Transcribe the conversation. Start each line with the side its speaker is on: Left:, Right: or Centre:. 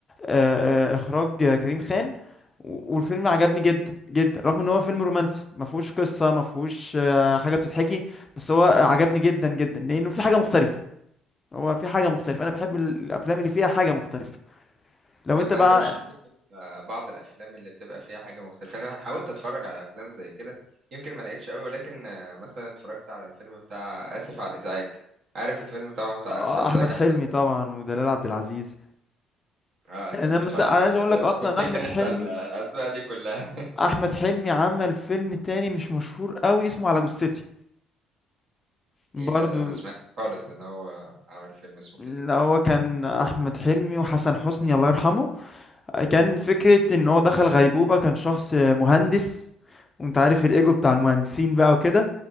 Left: آه، آه، اخراج آه، كريم خان و- والفيلم عجبني جدا جدا رغم ان هو فيلم رومانسي ما فيهوش قصة ما فيهوش آه، حاجة بتتحكي بس هو عجبني جدا جدا لانه في حاجة مختلفة هو في حاجة مختلفة
Right: مم.
Left: انا بحب ال- الافلام اللي فيها حاجة مختلفة لو
Right: طب
Left: انت
Right: ما
Left: بقى
Right: ترشح لي كده بعض الافلام اللي بتبقى فيها حاجة مختلفة انا حاولت اتفرج على افلام زي كده يمكن ما لقيتش قوي ولكن آه، مثلا اتفرجت على الفيلم بتاع اسف على الازعاج عارف الفيلم طبعا بتاع
Left: آه،
Right: اسف على الازعاج
Left: احمد حلمي
Right: احمد حلمي
Left: طبعا ودلال عبد العزيز
Right: اه انت
Left: انا
Right: ما
Left: مثلا
Right: شاء الله
Left: انا
Right: انت
Left: عايز اقول
Right: بتفتكر
Left: لك اصلا إن احمد حلمي
Right: انت ال- الاسماء دي كلها
Left: احمد حلمي عمل فيلم تاني مش مشهور قوي اسمه على جثتي برضو
Right: ايه ده ده انا ما سمعت خالص ان هو عمل فيلم اسمه
Left: لا
Right: كده
Left: هو كان احمد حلمي وحسن حسني الله يرحمه كان فكره ان هو دخل غيبوبه كان شخص مهندس وانت عارف الايجو بتاع المهندسين بقى وكده